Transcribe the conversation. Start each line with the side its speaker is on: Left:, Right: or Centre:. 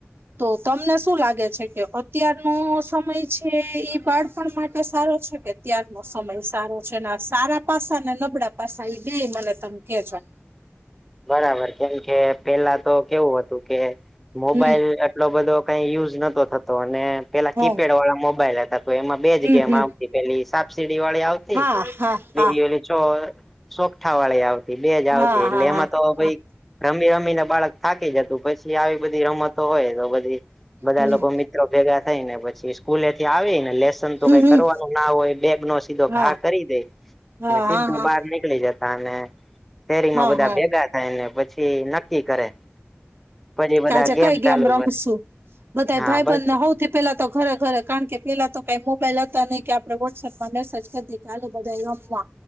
Right: તો તમને શું લાગે છે કે અત્યારનો સમય છે એ બાળપણ માટે સારો છે કે અત્યાર નો સમય સારો છે ને સારા પાસા ને નબળા પાસા એ બે મને તમે કેજો
Centre: બરાબર કેમ કે પેલા તો કેવું હતું કે મોબાઈલ
Right: હમ
Centre: એટલો બધો કઈ યુઝ નતોો થતો અને પેલા
Right: હ
Centre: કીપેડ વાળા મોબાઈલ હતા તો એમાં બે જ
Right: હમ
Centre: ગેમ
Right: હમ
Centre: પેલી સાપસીડી વાળી આવતી
Right: હા હા
Centre: બી
Right: હા
Centre: ચો સોકઠા વાળી આવતી બે જ આવતી
Right: હા
Centre: એટલે
Right: હા હા
Centre: એમાં તો ભઈ
Right: હા
Centre: રમી રમીને બાળક થાકી જતું પછી આવી બધી રમતો હોય તો બધી બધા
Right: હમ
Centre: લોકો મિત્રો ભેગા થઈ ને પછી સ્કૂલેથી આવી ને લેસન તો
Right: હમ
Centre: કઈ
Right: હમ
Centre: કરવાનું ના હોય બેગ નો સીધો
Right: હા
Centre: ઘા કરી દે
Right: હા
Centre: સીધો
Right: હા હા
Centre: બાર ન જતા અને શેરીમાં
Right: હા
Centre: બધા
Right: હા
Centre: ભેગા થાયને પછી નક્કી કરે પછી બધા
Right: કેજા
Centre: ગેમ
Right: કઈ ગયામ
Centre: ચાલુ
Right: રમશું
Centre: કરે
Right: બધા
Centre: હા
Right: ભાઈબંધને
Centre: બસ
Right: હોઉ પેલા તો ઘરે ઘરે કારણ કે પેલા તો કઈ મોબાઈલ હતા નહીં કે આપણે વોટ્સએપમાં મેસેજ કરી ચાલું બધા રમવા